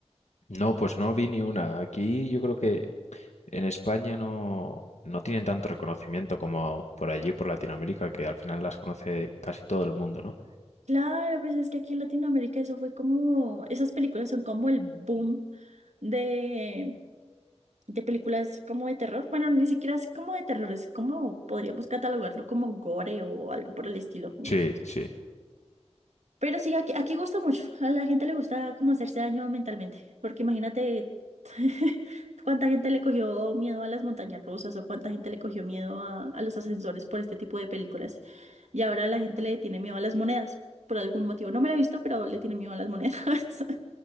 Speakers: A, on the left; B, on the right.
A: No, pues no vi ni una. Aquí yo creo que en España no, no tienen tanto reconocimiento como por allí, por Latinoamérica, que al final las conoce casi todo el mundo, ¿no?
B: Claro, pues es que aquí en Latinoamérica eso fue como, esas películas son como el boom de, de películas como de terror. Bueno, ni siquiera es como de terror, es como podríamos catalogarlo como gore o algo por el estilo.
A: Sí, sí.
B: Pero sí, aquí, aquí gusta mucho. A la gente le gusta como hacerse daño mentalmente. Porque imagínate <laughs> cuánta gente le cogió miedo a las montañas rusas o cuánta gente le cogió miedo a, a los ascensores por este tipo de películas. Y ahora la gente le tiene miedo a las monedas. Por algún motivo. No me lo he visto, pero le tiene miedo a las monedas. <laughs>